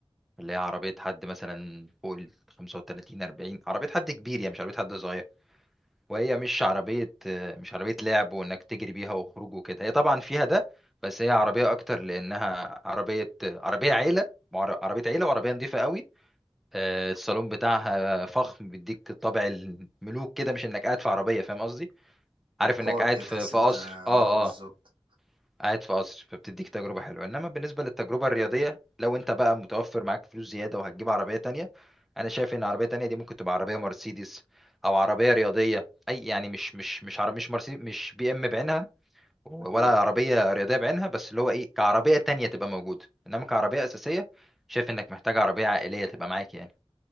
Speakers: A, in the centre; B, on the right.
A: اللي هي عربيه حد مثلا فوق ال 35 40 عربيه حد كبير يعني مش عربيه حد صغير وهي مش عربية مش عربية لعب وإنك تجري بيها وخروج وكده هي طبعا فيها ده بس هي عربية أكتر لأنها عربية عربية عيلة وعر- عربية عيلة وعربية نظيفة قوي آه، الصالون بتاعها فخم بيديك طابع الملوك كده مش إنك قاعد في عربية فاهم قصدي
B: وقار
A: عارف إنك قاعد
B: كده تحس
A: في في
B: انت
A: قصر
B: اه
A: اه
B: بالظبط
A: اه قاعد في قصر فبتديك تجربة حلوة انما بالنسبة للتجربة الرياضية لو انت بقى متوفر معاك فلوس زيادة وهتجيب عربية تانية انا شايف ان عربية تانية دي ممكن تبقى عربية مرسيدس او عربية رياضية اي يعني مش مش مش عربية مش مرسيدس مش بي ام بعينها ولا
B: مم.
A: عربية رياضية بعينها بس اللي هو ايه كعربية تانية تبقى موجودة انما كعربية اساسية شايف انك محتاج عربية عائلية تبقى معاك يعني